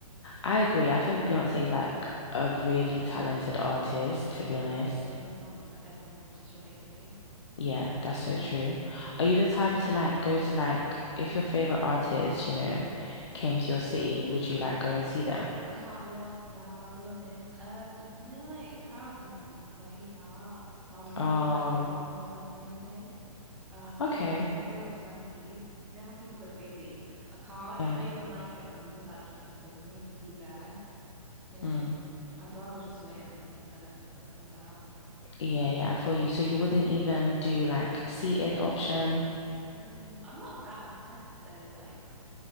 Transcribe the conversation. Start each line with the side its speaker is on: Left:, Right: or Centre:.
Left: I agree. I think Beyonce is like a really talented artist,
Centre: They've
Left: to
Centre: got
Left: be
Centre: like
Left: honest.
Centre: OG songs that everyone can just relate to.
Left: Yeah, that's so true. Are you the type to like go to like if your favorite artist, you know, came to your city, would you like go and see them?
Centre: I can't be asked for that, I'll be honest. Um, you know, like crowds and stuff, because I hate that. So I'll never
Left: Oh,
Centre: like go to concerts or anything. Um,
Left: okay.
Centre: or like the fear of stampedes. You know how people go crazy. I can't.
Left: Yeah.
Centre: I don't even like it when people touch me. So for me to be there, you know,
Left: Mm.
Centre: I'd rather just wait and listen to it when it comes out.
Left: Yeah, yeah, I feel you. So you wouldn't even do like seated option?
Centre: Mm-mm. I'm not that obsessed though. Like,